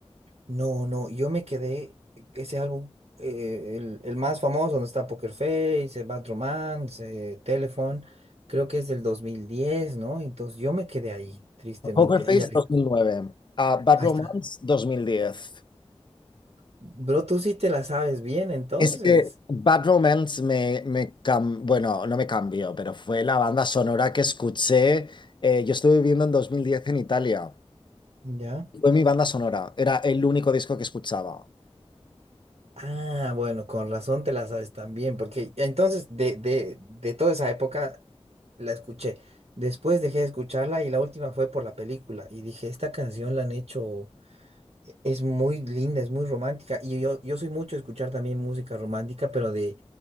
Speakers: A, on the right (about 75°); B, on the left (about 45°).
A: No, no, yo me quedé, ese álbum, eh, el, el más famoso, donde está Poker Face, eh, Bad Romance, eh, Telephone, creo que es del 2010, ¿no? Entonces yo me quedé ahí, tristemente.
B: Poker Face
A: Ella,
B: 2009, ah, Bad
A: ahí está.
B: Romance 2010.
A: Bro, tú sí te la sabes bien, entonces.
B: Es que Bad Romance me, me cam- bueno, no me cambió, pero fue la banda sonora que escuché. eh, yo estuve viviendo en 2010 en Italia.
A: ¿Ya?
B: Fue mi banda sonora. Era el único disco que escuchaba.
A: Ah, bueno, con razón te la sabes también, porque entonces de, de, de toda esa época la escuché. Después dejé de escucharla y la última fue por la película. Y dije, esta canción la han hecho, e- es muy linda, es muy romántica. Y yo, yo soy mucho de escuchar también música romántica, pero de,